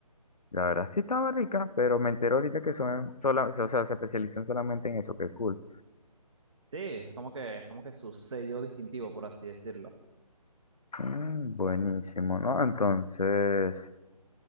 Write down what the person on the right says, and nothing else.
Sí, es como que, es como que su sello distintivo, por así decirlo.